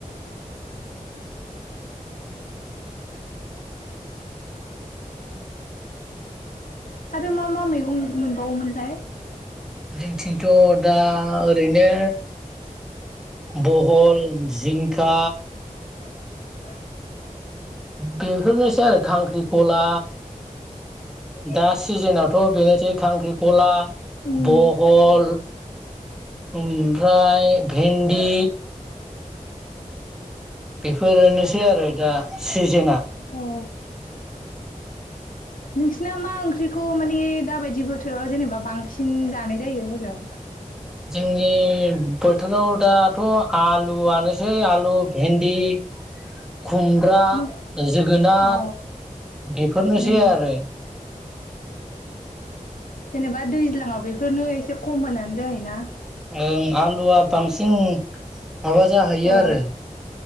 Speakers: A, on the left (about 80°); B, in the centre.
A: आरो मा मा मैगं मोनबावोमोनथाय
B: जोंथिंथ' दा ओरैनो। बहल जिंका
A: <inaudible>
B: गोहोरनोसै आरो खांख्रिखला दा सिजेनावथ' बेनोसै खांख्रिखला
A: उम
B: बहल ओमफ्राय फेनदि बेफोरोनोसै आरो दा। सिजेना
A: औ। नोंसिना मा ओंख्रिखौ मानि दाबायदि बोथोराव जेनेबा बांसिन जानायजायो हजों।
B: जोंनि बोथोराव दाथ आलुआनोसै आलु भेन्दि <inaudible> खुमब्रा
A: न'
B: जोगोनार
A: अ
B: बेफोरनोसै
A: उम
B: आरो <inaudible>
A: जेनेबा दैज्लाङाव बेफोरनो एसे कमोन आनो जाहैना
B: ओं आलुआ बांसिन माबा जाहैयो
A: औ
B: आरो।